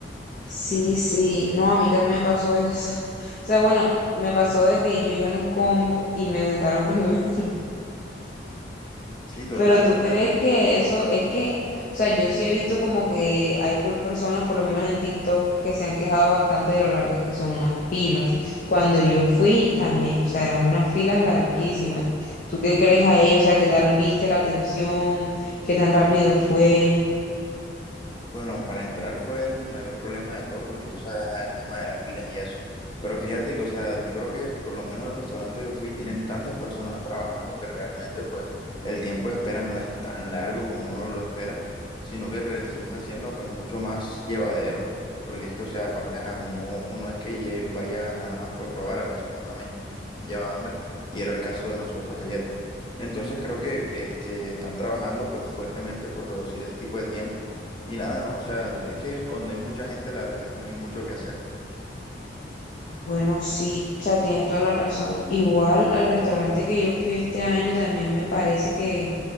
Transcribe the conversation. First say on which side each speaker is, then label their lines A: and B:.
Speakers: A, on the left; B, on the left.
A: Sí, sí, no, a mí también me pasó eso. <laughs> O sea, bueno, me pasó de que yo iba en un combo y me sentaron primero. <laughs>
B: Sí, total,
A: Pero tú
B: total,
A: crees
B: porque
A: que eso es que, o sea, yo sí he visto como que hay full personas, por lo menos en TikTok, que se han quejado bastante de lo largas que son las filas. Cuando yo fui también, o sea, eran unas filas larguísimas. ¿Tú qué crees ahí? O sea, ¿qué tal viste la atención? ¿Qué tan rápido fue?
B: Bueno, para entrar fue el mayor problema de todos porque tú sabes, ajá, el tema de las filas y eso. Pero fíjate que, o sea, yo creo que por lo menos el restaurante que fui tienen tantas personas trabajando que realmente pues el tiempo de espera no es tan largo como uno lo espera, sino que resulta siendo pues mucho más llevadero. Porque es que, o sea, aparte, ajá, uno no es que lle- vaya nada más por probar, a veces uno también lleva hambre y era el caso de nosotros ayer. Entonces creo que este, están trabajando pues fuertemente por reducir ese tipo de tiempo y nada, ¿no? O sea, es que cuando hay mucha gente, la verdad es que no hay mucho que hacer.
A: Bueno, sí, o sea, tienes toda la razón. Igual al restaurante que yo fui este año también me parece que,